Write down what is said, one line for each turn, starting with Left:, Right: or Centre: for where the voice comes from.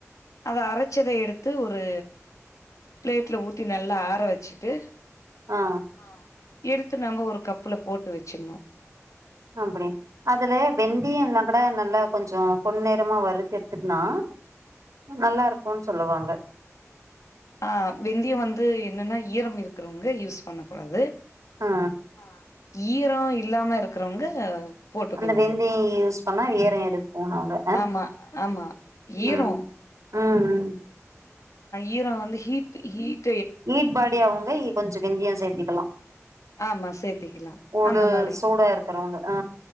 Left: அத அரை ச்சதை எடுத்து ஒரு பிளேட்ல ஊத்தி நல்லா ஆற வச்சிட்டு
Right: ஆ
Left: அ எடுத்து நம்ம ஒரு கப்ல போட்டு வச்சிருணு
Right: அப்டி அதுல வெந்தியம் எல்லா கூட நல்லா கொஞ்ச பொன் நிற மா நேரமா வருறுத்து எடுத்து னா நல்லா இருக்கும்ன்னு சொல்லுவாங்க
Left: ஆ வெந்தியம் வந்து என்னென்னா ஈரம் இருக்கிறவங்க யூஸ் பண்ணக்கூடாது
Right: ஆ
Left: ஆ ஈர இல்லாம இருக்கிறவங்க போட்டுக்கலா
Right: அந்த வெந்தியூ
Left: அது
Right: யூஸ் பண்ணா ஏரம் எடுப்போ நாங்க
Left: ஆமா ஆமா
Right: ம்
Left: ஈரோ
Right: ம் ம்
Left: ஈர வந்துஹீட்டு ஹுட்
Right: ஈட்பாடி அவங்க கொஞ்ச விந்தயம் சேர்த்துக்கலா
Left: ஆமா சேத்திக்கலா
Right: உடல்
Left: அந்த மாதிரிி
Right: சூடா இருக்கிறவங்க ஆ